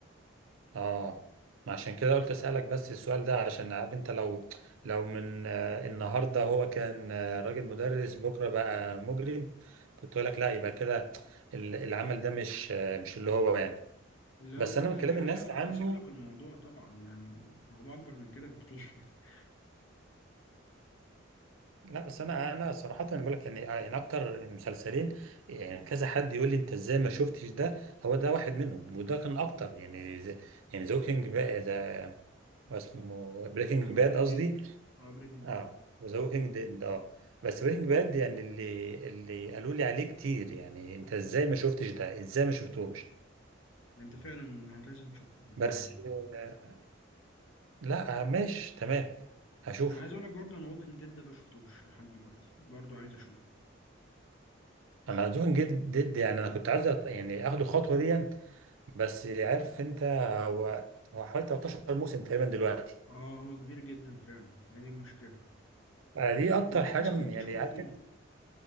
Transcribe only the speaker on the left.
لا
لا
لا ده
كده
انا كده لخصت
لك الموضوع طبعا يعني الموضوع اكبر من كده بكتير <laughs>
ذا
ووكينج
ديد اه بريكنج
باد
انت فعلا لازم تشوفه يعني
انا عايز اقول لك برضه انا ووكينج ديد ده ما شفتوش لحد دلوقتي برضه عايز اشوفه
اه هو كبير جدا فعلا هي دي المشكله
بس
ناس كتير
بتشكر
فيه